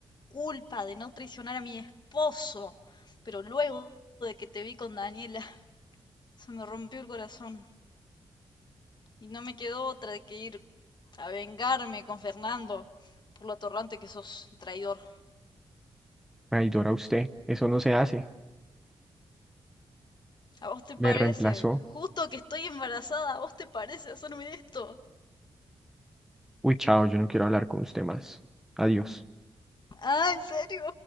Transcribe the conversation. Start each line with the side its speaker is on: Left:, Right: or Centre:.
Left: culpa de no traicionar a mi esposo. Pero luego de que te vi con Daniela, se me rompió el corazón y no me quedó otra de que ir a vengarme con Fernando por lo atorrante que sos y traidor.
Centre: Traidora usted. Eso no se hace.
Left: ¿A vos te
Centre: Me
Left: parece?
Centre: reemplazó.
Left: Justo que estoy embarazada, ¿a vos te parece hacerme esto?
Centre: Uy, chao, yo no quiero hablar con usted más. Adiós.
Left: Ah, ¿en serio?